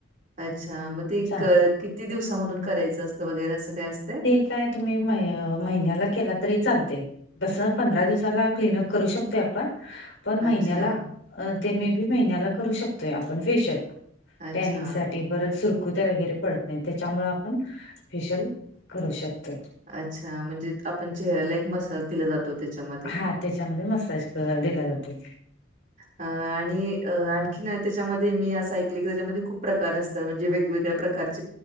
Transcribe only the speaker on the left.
चांग
ते काय तुम्ही म महिन्याला केला तरी चालते तस पंधरा दिवसाला क्लनअप करू शकतोय आपण पण महिन्याला
ते मे बी महिन्याला करू शकतोय आपण फेशियल
टॅनिंग साठी परत सुरकुत्या वगैरे पडत नाही त्याच्यामुळे आपण फेशल करू शकतेो
हा त्याच्यामध्ये मसाज दिला जाते